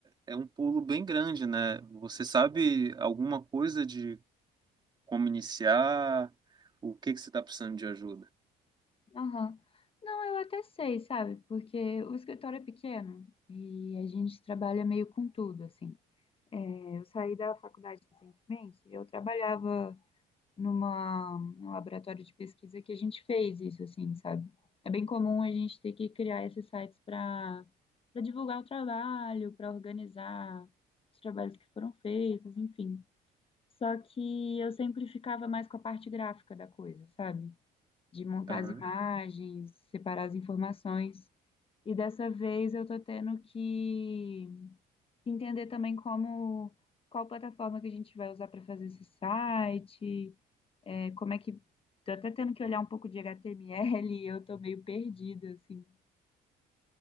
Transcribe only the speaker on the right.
é um pulo bem grande, né? Você sabe alguma coisa de como iniciar? O que que você está precisando de ajuda?
Aham.